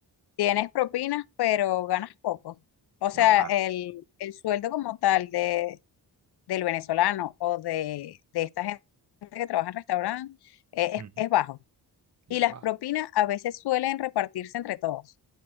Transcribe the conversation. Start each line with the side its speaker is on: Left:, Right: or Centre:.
Left: tienes propinas, pero ganas poco. O sea,
Right: Normal.
Left: el, el sueldo como tal de, del venezolano o de, de esta gente que trabaja en restaurantes es,
Right: Ujú.
Left: es bajo. Y
Right: Es
Left: las
Right: baja.
Left: propinas a veces suelen repartirse entre todos,